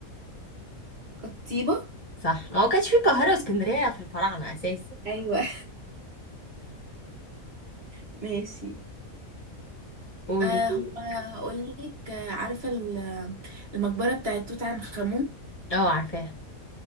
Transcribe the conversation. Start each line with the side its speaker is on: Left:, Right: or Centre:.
Right: قطيبه
Left: صح ما هو كانش في القاهرة واسكندرية في الفراعنة أساسا
Right: ايوه <laughs> ماشي
Left: قولي
Right: أه
Left: قولي.
Right: هقول لك آه، عارفه ال- المقبره بتاعت توت عنخ امون
Left: اه عارفاها